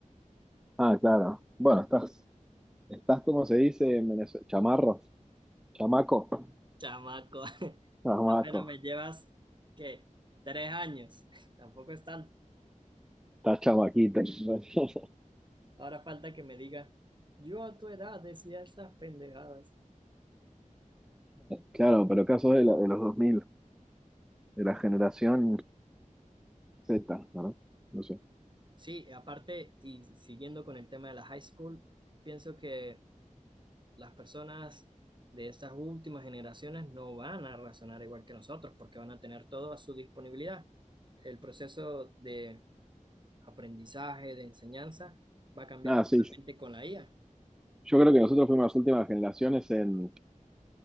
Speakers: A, in the centre; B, on the right.
A: Ah, claro. Bueno, estás, estás como se dice en Venezuela, chamarro, chamaco,
B: Chamaco, <laughs>
A: chamaco.
B: apenas me llevas, ¿qué? Tres años. <laughs> Tampoco es tanto.
A: Estás chamaquita. <laughs>
B: Ahora falta que me diga, yo a tu edad decía estas pendejadas.
A: Claro, pero caso de, la- de los dos mil de la generación Z, ¿verdad? No sé.
B: Sí, aparte, y siguiendo con el tema de la high school, pienso que las personas de estas últimas generaciones no van a razonar igual que nosotros, porque van a tener todo a su disponibilidad. El proceso de aprendizaje, de enseñanza, va a cambiar
A: Nada,
B: totalmente
A: sí.
B: con la IA.
A: Yo creo que nosotros fuimos las últimas generaciones en,